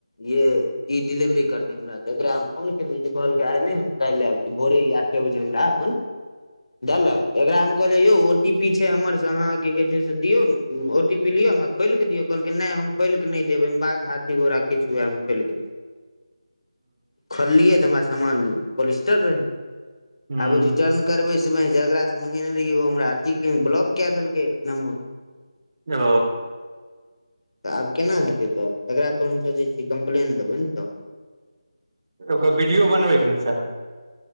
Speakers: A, on the left (about 60°); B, on the right (about 35°).
A: ये ई डिलेवरी करते हमरा तऽ एकरा हम फोन केलियै जे कहलक आइ नहि कालि आब भोरे आठे बजे हमरा फोन देलक एकरा हम कहले यौ ओ टी पी छै हमर से अहाँ की कहे छै से दियौ ओ टी पी पी लिय हम खोलकदिय कहलकै नहि हम खोलि नहि देब ऐ मे बाघ हाथी घोड़ा किछु हुए खोल के नहि देब खोललियै तऽ हमरा सामान पोलिस्टर रहै
B: हूँ
A: आब ओ रिटर्न करबै छै भाय जकरा स से मंगेने रहिय ओ हमरा अथी ब्लॉक क देलकै नम्बर
B: ओ
A: तऽ आब केना हेतै तऽ एकरापर हम सोचै छिय कम्प्लेन देबै ने तऽ
B: ओकर वीडियो बनबैके ने चाही